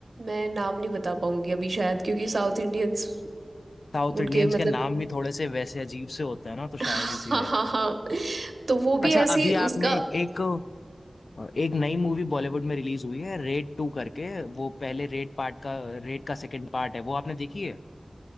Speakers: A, on the right; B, on the left.
A: मैं नाम नहीं बता पाऊंगी अभी शायद क्योंकि साउथ इंडियंस
B: साउथ इंडियंस
A: उनके मतलब
B: के नाम भी थोड़े से वैसे अजीब से होते हैं ना तो
A: <laughs> हाँ
B: शायद इसीलिए
A: हाँ हाँ तो वो भी
B: अच्छा
A: ऐसी
B: अभी आपने
A: उसका
B: एक और एक नई मूवी बॉलीवुड में रिलीज हुई है रेड टू करके वो पहले रेड पार्ट का रेड का सेकंड पार्ट है वो आपने देखी है